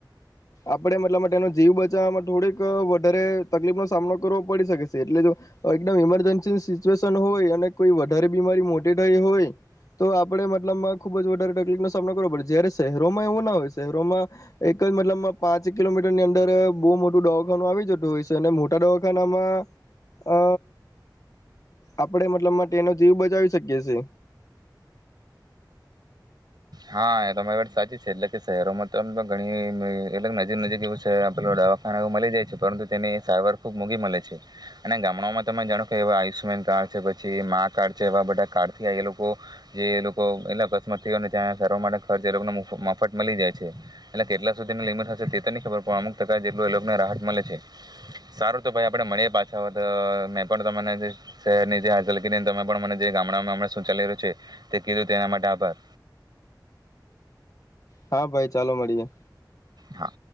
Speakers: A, on the left; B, on the right.
A: આપણે મતલબ તેનો જીવ બચાવવામાં થોડીક વધારે તકલીફ નો સામનો કરવો પડી શકે છે એટલે જો એકદમ ઇમરજન્સી સિચ્યુએશન હોય અને કોઈ વધારે બીમારી મોટી થઈ હોય તો આપડણે મતલબ ખુબ જ વધારે તકલીફ નો સામનો કરવો પડે જ રોમાં એવું ના હોય છે રોમાં એક જ મતલબ પાંચ કિલોમીટર ની અંદર બહુ મોટું દવાખાનું આવી જતું હોય છે અને મોટા દવાખાનામાં અ આપણે મતલબ માટેનો જીવ બચાવી શકીએ છે.
B: હા એ તમારી વાત સાચી છે એટલે કે શહેરોમાં તો ઘણીલગ નજીક નજીક એવું છે પે દવાખાના એ મળી જાય છે પરંતુ તેની સારવાર ખુબ મૂઘી મળે છે અને ગામડામાં તમે જાણો કેો આયુષ્યમાન કાર્ડ છે પછી મા કાર્ડ છે એવા બધા કાર્ડ થી એ લોકો જે લોકો એટ અકસ્માત ત્યાં સ માટે ખર્ચ એ લોકો મફત મળી જાય છે એટલે કેટલા સુધીની લિમિટ હશે તે તો નહી ખબર અમુક ટકા જેટલું એ લોકોને રાહત મળે છે સારું તો ભાઈ આપણે મળીએ પાછા હો મેં પણને શહેરની જે હચલ કરી તમે પણ મને જે ગામડામાં શું ચાલી રહ્યું છે તે કીધું તેના માટે આભાર
A: હા ભાઈ ચાલો મળીએ.
B: હા.